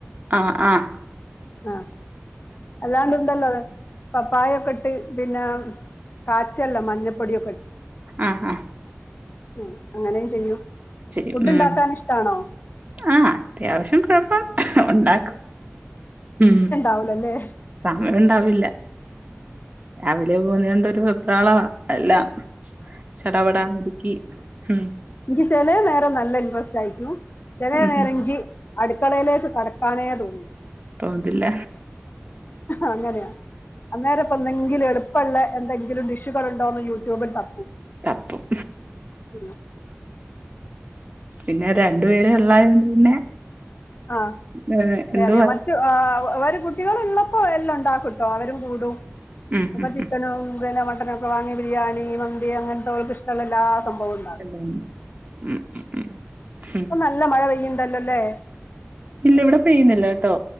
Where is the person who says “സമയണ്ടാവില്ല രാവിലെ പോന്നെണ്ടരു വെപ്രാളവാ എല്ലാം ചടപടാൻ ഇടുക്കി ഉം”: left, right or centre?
Right